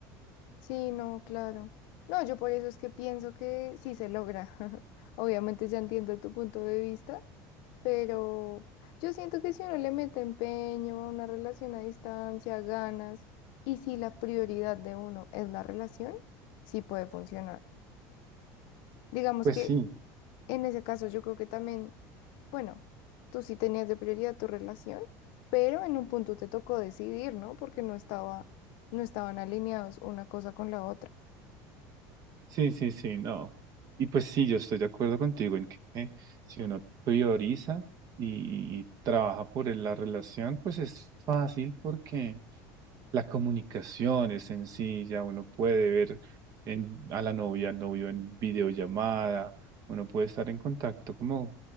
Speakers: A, on the left; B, on the right.
A: Sí, no, claro. No, yo por eso es que pienso que sí se logra. <laughs> Obviamente ya entiendo tu punto de vista, pero yo siento que si uno le mete empeño a una relación a distancia, ganas, y si la prioridad de uno es la relación, sí puede funcionar. Digamos
B: Pues
A: que
B: sí.
A: en ese caso yo creo que también, bueno, tú sí tenías de prioridad tu relación, pero en un punto te tocó decidir, ¿no? Porque no estaba, no estaban alineados una cosa con la otra.
B: Sí, sí, sí, no. Y pues sí, yo estoy de acuerdo contigo en que si uno prioriza y, y trabaja por el- la relación, pues es fácil porque la comunicación es sencilla, uno puede ver en- a la novia, al novio en videollamada, uno puede estar en contacto como